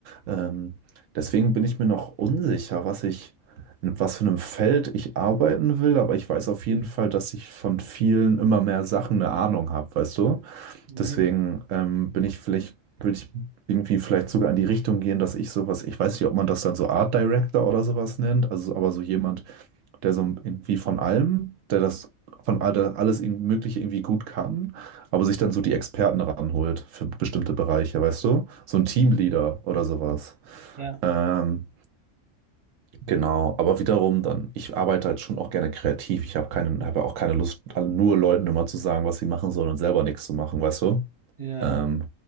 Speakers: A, on the right; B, on the right.
A: Ähm, deswegen bin ich mir noch unsicher, was ich, in was für einem Feld ich arbeiten will, aber ich weiß auf jeden Fall, dass ich von vielen immer mehr Sachen eine Ahnung habe, weißt du?
B: Mhm.
A: Deswegen ähm, bin ich vielleicht, würde ich irgendwie vielleicht sogar in die Richtung gehen, dass ich sowas, ich weiß nicht, ob man das dann so Art Director oder sowas nennt, also aber so jemand, der so irgendwie von allem, der das von all- der alles irgendwie Mögliche irgendwie gut kann, aber sich dann so die Experten ranholt für bestimmte Bereiche, weißt du? So ein Teamleader oder sowas.
B: Ja,
A: Ähm, genau, aber wiederum dann, ich arbeite halt schon auch gerne kreativ. Ich habe keine, habe auch keine Lust, nur Leuten immer zu sagen, was sie machen sollen und selber nichts zu machen, weißt du?
B: ja,
A: Ähm,